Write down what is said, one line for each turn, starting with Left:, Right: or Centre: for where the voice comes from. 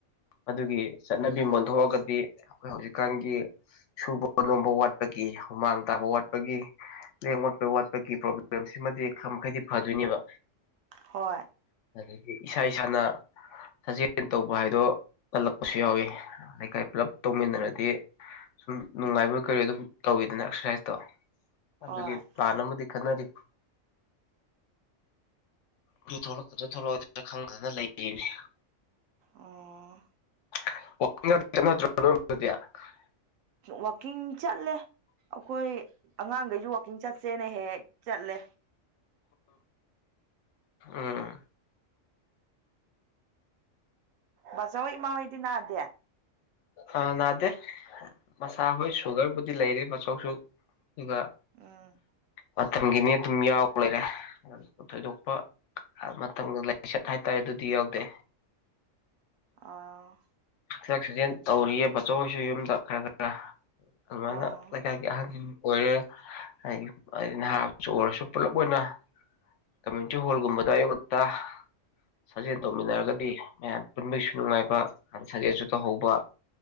Left: ꯑꯗꯨꯒꯤ ꯆꯠꯅꯕꯤ ꯑꯣꯟꯊꯣꯛꯑꯒꯗꯤ ꯑꯩꯈꯣꯏ ꯍꯧꯖꯤꯛꯀꯥꯟꯒꯤ ꯁꯨꯕ ꯅꯣꯝꯕ ꯋꯥꯠꯄꯒꯤ ꯍꯨꯃꯥꯡ ꯇꯥꯕ ꯋꯥꯠꯄ ꯠꯄꯒꯤ ꯂꯦꯡ ꯑꯣꯠꯄ ꯋꯥꯠꯄꯒꯤ ꯄ꯭ꯔꯣꯕ꯭ꯂꯦꯝꯁꯤꯃꯗꯤ ꯈꯔ ꯃꯈꯩꯗꯤ ꯐꯗꯣꯏꯅꯦꯕ
Right: ꯍꯣꯏ
Left: ꯑꯗꯒꯤ ꯏꯁꯥ ꯏꯁꯥꯅ ꯁꯥꯖꯦꯜ ꯇꯧꯕ ꯍꯥꯏꯗꯣ ꯀꯜꯂꯛꯄꯁꯨ ꯌꯥꯎꯏꯤ ꯂꯩꯀꯥꯏ ꯄꯨꯜꯂꯞ ꯇꯧꯃꯤꯟꯅꯔꯗꯤ ꯁꯨꯝ ꯅꯨꯡꯉꯥꯏꯕ ꯀꯔꯤ ꯑꯗꯨꯝ ꯇꯧꯋꯤꯗꯅ ꯑꯦꯛꯁꯔꯁꯥꯏꯖꯇꯣ
Right: ꯍꯣꯏ
Left: ꯑꯗꯨꯒꯤ ꯄ꯭ꯂꯥꯟ ꯑꯃꯗꯤ ꯈꯟꯅꯔꯤ ꯑꯗꯨ ꯊꯣꯛꯂꯛꯀꯗ꯭ꯔꯥ ꯊꯣꯛꯂꯛꯑꯗ꯭ꯔꯥ ꯈꯪꯗꯅ ꯂꯩꯔꯤꯅꯤ
Right: ꯑꯣ
Left: ꯇ
Right: ꯋꯥꯋꯀꯤꯡ ꯆꯠꯂꯦ ꯑꯩꯈꯣꯏ ꯑꯉꯥꯡꯈꯩꯁꯨ ꯋꯥꯛꯀꯤꯡ ꯆꯠꯁꯦꯅ ꯍꯦꯛ ꯍꯦꯛ ꯆꯠꯂꯦ
Left: ꯑꯝ
Right: ꯕꯥꯖꯧ ꯍꯣꯏ ꯏꯃꯥ ꯍꯣꯏꯗꯤ ꯅꯥꯗꯦ
Left: ꯑꯥ ꯅꯥꯗꯦ ꯃꯁꯥ ꯍꯣꯏ ꯁꯨꯒꯔꯕꯨꯗꯤ ꯂꯩꯔꯦ ꯃꯆꯧꯁꯨ ꯑꯗꯨꯒ
Right: ꯎꯝ
Left: ꯃꯇꯝꯒꯤꯅꯤ ꯑꯗꯨꯝ ꯌꯥꯎ ꯂꯩꯔꯦ ꯊꯣꯏꯗꯣꯛꯄ ꯃꯇꯝ ꯂꯥꯏꯆꯠ ꯍꯥꯏꯇꯥꯔꯦ ꯑꯗꯨꯗꯤ ꯌꯥꯎꯗꯦ
Right: ꯑ
Left: ꯍꯤꯗꯥꯛ ꯁꯤꯖꯦꯟ ꯇꯧꯔꯤꯌꯦꯕꯆꯣꯏꯁꯨ ꯌꯨꯝꯗ ꯈꯔ ꯈꯔ ꯑꯗꯨꯃꯥꯏꯅ
Right: ꯑꯥ
Left: ꯂꯩꯀꯥꯏꯒꯤ ꯑꯍꯟꯁꯤꯡ ꯑꯣꯏꯔꯦ ꯍꯥꯏꯗꯤ ꯅꯍꯥ ꯑꯣꯏꯔꯁꯨ ꯄꯨꯂꯞ ꯑꯣꯏꯅ ꯀꯃ꯭ꯌꯨꯅꯤꯇꯤ ꯍꯣꯜꯒꯨꯝꯕꯗ ꯌꯉꯛꯇ ꯁꯥꯖꯦꯜ ꯇꯧꯃꯤꯟꯅꯔꯒꯗꯤ ꯃꯌꯥꯝ ꯄꯨꯟꯕꯒꯤꯁꯨ ꯅꯨꯡꯉꯥꯏꯕ ꯑ ꯁꯥꯖꯦꯜꯁꯨ ꯇꯧꯍꯧꯕ